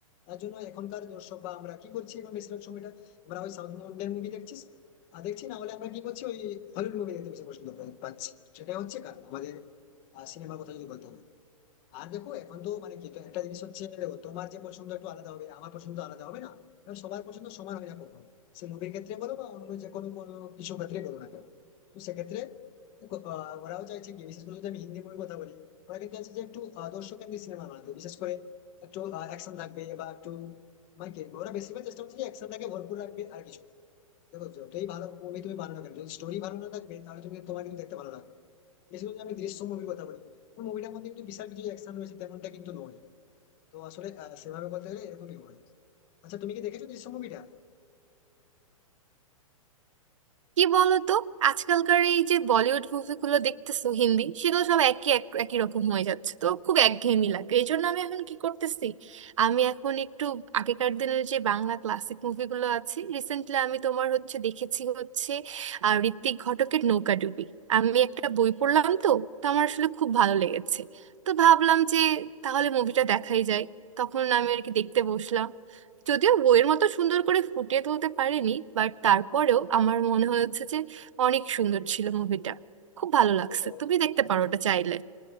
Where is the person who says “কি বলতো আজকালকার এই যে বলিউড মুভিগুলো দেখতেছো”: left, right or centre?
Right